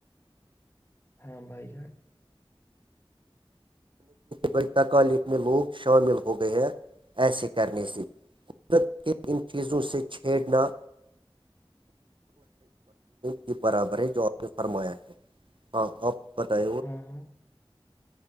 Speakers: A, on the left; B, on the right.
A: ہاں بھائی جان
B: بائی تکالف میں لوگ شامل ہو گئے ہیں ایسے کرنے سے قدرت کے ان چیزوں سے چھیڑنا کے برابر ہے جو آپ نے فرمایا ہے ہاں آپ بتے
A: ہاں ہاں